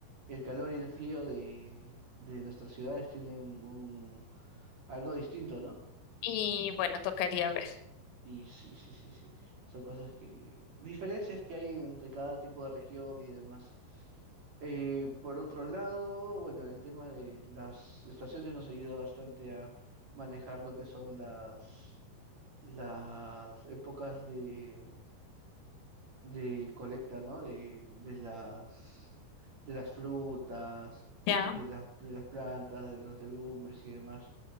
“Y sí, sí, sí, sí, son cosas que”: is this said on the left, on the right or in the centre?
Right